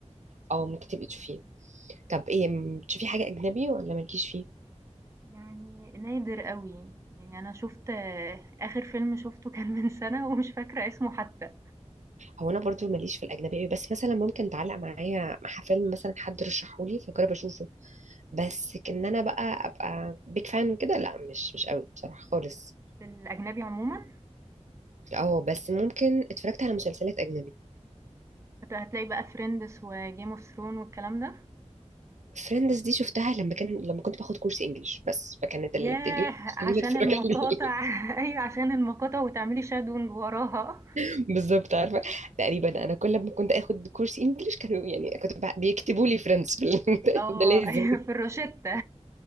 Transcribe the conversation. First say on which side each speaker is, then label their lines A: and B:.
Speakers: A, on the right; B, on the right.
A: اه ممكن تبقي تشوفيه طب ايه م- تشوفي حاجة أجنبي ولا مالكيش فيه؟
B: يعني نادر أوي، يعني أنا شُفت آه، آخر فيلم شُفته كان من سَنة ومش فاكرة اسمه حتى.
A: هو انا برضو ماليش في الاجنبي أوي، بس مثلا ممكن تعلق معايا مع فيلم مثلا حد رشحهولي فجرب اشوفه بس كان انا بقى ابقى بيك فان وكده لا مش مش قوي بصراحه خالص
B: في الأجنبي عمومًا
A: اه بس ممكن اتفرجت على مسلسلات اجنبي
B: هت هتلاقي بقى Friends وGame of Thrones والكلام ده،
A: فريندز دي شفتها لما كان لما كنت باخد كورس انجليش بس فكانت
B: ياه!
A: اللي بتديوني تخليني
B: عشان
A: اتفرج
B: المقاطع
A: عليه
B: <laughs> أيوه عشان المقاطع وتعملي shadowing وراها
A: <laughs> بالظبط عارفه تقريبا انا كل ما كنت اخد كورس انجليش كانوا يعني كنت بقى- بيكتبوا لي فريندز في ال-
B: آه،
A: <laughs> ده لازم
B: أيوه في الروشتة